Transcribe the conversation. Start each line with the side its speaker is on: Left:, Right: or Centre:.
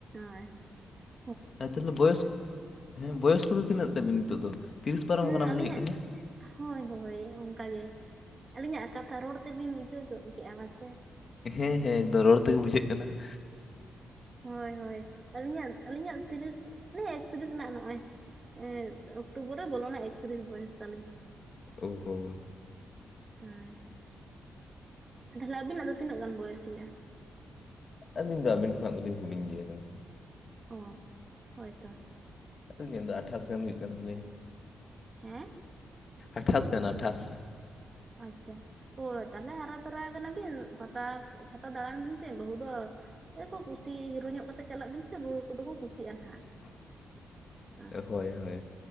Right: ᱦᱳᱭ ᱾
Left: ᱦᱮᱸ ᱛᱟᱦᱚᱞᱮ ᱵᱚᱭᱚᱥ ᱦᱮᱸ ᱵᱚᱭᱚᱥ ᱠᱚᱫᱚ ᱛᱤᱱᱟᱹᱜ ᱛᱟᱵᱤᱱ ᱱᱤᱛᱚᱜ ᱫᱚ? ᱛᱤᱨᱤᱥ ᱯᱟᱨᱚᱢ
Right: ᱦᱩᱸ
Left: ᱠᱟᱱᱟ ᱢᱚᱱᱮ
Right: ᱟᱹᱞᱤᱧᱟᱜ
Left: ᱦᱩᱭᱩᱜ ᱠᱟᱱᱟ ᱾
Right: ᱦᱳᱭ ᱦᱳᱭ ᱚᱱᱠᱟ ᱜᱮ ᱟᱹᱞᱤᱧᱟᱜ ᱠᱟᱛᱷᱟ ᱨᱚᱲ ᱛᱮᱵᱤᱱ ᱵᱩᱡᱷᱟᱹᱣ ᱜᱚᱫ ᱠᱮᱫᱼᱟ ᱵᱟᱥᱮ?
Left: ᱦᱮᱸ ᱦᱮᱸ ᱮᱠᱫᱚ ᱨᱚᱲ ᱛᱮᱜᱮ ᱵᱩᱡᱷᱟᱹᱜ ᱠᱟᱱᱟ ᱾
Right: ᱦᱳᱭ ᱦᱳᱭ ᱟᱹᱞᱤᱧᱟᱜ ᱟᱹᱞᱤᱧᱟᱜ ᱛᱤᱨᱤᱥ <unintelligible> ᱮᱠᱛᱤᱨᱤᱥ ᱱᱟᱜ ᱱᱚᱜᱼᱚᱭ ᱾ ᱮᱸᱫ ᱚᱠᱴᱳᱵᱚᱨ ᱨᱮ ᱵᱚᱞᱚᱱᱟ ᱮᱠᱛᱤᱨᱤᱥ ᱵᱚᱭᱮᱥ ᱛᱟᱞᱤᱧ ᱾
Left: ᱚ ᱦᱳ ᱾
Right: ᱦᱳᱭ ᱾ ᱛᱟᱦᱞᱮ ᱟᱵᱤᱱᱟᱜ ᱫᱚ ᱛᱤᱱᱟᱹᱜ ᱜᱟᱱ ᱵᱚᱭᱮᱥ ᱦᱩᱭᱩᱜᱼᱟ?
Left: ᱟᱹᱞᱤᱧ ᱫᱚ ᱟᱹᱵᱤᱱ ᱠᱷᱚᱱᱟᱜ ᱫᱚᱞᱤᱧ ᱦᱩᱰᱤᱧ ᱜᱮᱭᱟ ᱠᱤᱱᱛᱩ ᱾
Right: ᱚ ᱦᱳᱭ ᱛᱚ ᱾
Left: ᱟᱹᱞᱤᱧᱟᱜ ᱫᱚ ᱟᱴᱷᱟᱥ ᱜᱟᱱ ᱦᱩᱭᱩᱜ ᱠᱟᱱ ᱛᱟᱞᱤᱧᱟ ᱾
Right: ᱦᱮᱸ?
Left: ᱟᱴᱷᱟᱥ ᱜᱟᱱ ᱟᱴᱷᱟᱥ ᱾
Right: ᱟᱪᱪᱷᱟ ᱾ ᱦᱳᱭ ᱛᱟᱦᱚᱞᱮ ᱦᱟᱨᱟ ᱛᱚᱨᱟ ᱠᱟᱱᱟ ᱵᱤᱱ ᱯᱟᱛᱟ ᱪᱷᱟᱛᱟ ᱫᱟᱬᱟᱱ ᱵᱤᱱ ᱥᱮ ᱵᱟᱹᱦᱩ ᱫᱚᱼᱼ ᱠᱚ ᱠᱩᱥᱤ ᱦᱤᱨᱳ ᱧᱚᱜ ᱠᱟᱛᱮᱫ ᱪᱟᱞᱟᱜ ᱵᱤᱱ ᱥᱮ ᱵᱟᱹᱦᱩ ᱠᱚᱫᱚ ᱠᱚ ᱠᱩᱥᱤᱜᱼᱟ ᱱᱟᱦᱟᱜ ᱾
Left: <inaudible>
Right: <unintelligible>
Left: ᱦᱳᱭ ᱦᱳᱭ